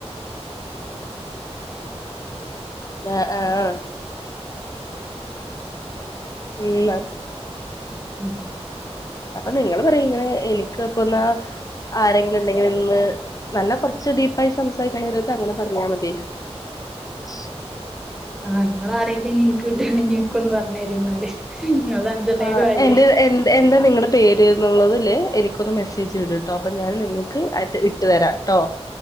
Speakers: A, on the left (about 35°); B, in the centre.
A: ആഹ് ആഹ് !!!
B: ഉം
A: അപ്പൊ നിങ്ങള്ൾ പറയ ഇങ്ങനെ എനിക്ക് പ്പ ന്നാ ആരെങ്കിലും ണ്ടെങ്കിലൊന്ന് നല്ല കൊറച്ച് ഡീപ്പായി സംസാരിക്കണെട് ത്ത് അങ്ങനെ പറഞ്ഞാൽ മതി. <inaudible>
B: ആഹ് ഇങ്ങളാരങ്കിലും നിക്ക് ട്ടാണെങ്കി നിക്കൊന്ന് പറഞ്ഞറിന്നാല് ങ്ങലത് അഞ്ചെണ്ണേയിലും
A: ആ
B: ആയില്ലേ?
A: എന്റെ എന്ത് എന്താ നിങ്ങടെ പേര് ന്നുള്ളതില് എനിക്കൊന്ന് മെസ്സേജ് ഇടുട്ടോ അപ്പൊ ഞാൻ നിങ്ങക്ക് ആ ഇട്ട് തരാം ട്ടോ